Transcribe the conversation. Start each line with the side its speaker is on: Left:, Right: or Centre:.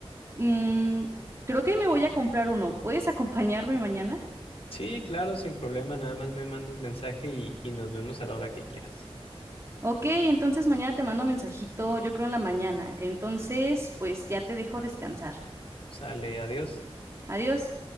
Right: mm, creo que me voy a comprar uno. ¿Puedes acompañarme mañana?
Left: Sí, claro, sin problema. Nada más me mandas mensaje y, y nos vemos a la hora que quieras.
Right: Ok, entonces mañana te mando mensajito, yo creo en la mañana. Entonces, pues ya te dejo descansar.
Left: Sale, adiós.
Right: Adiós.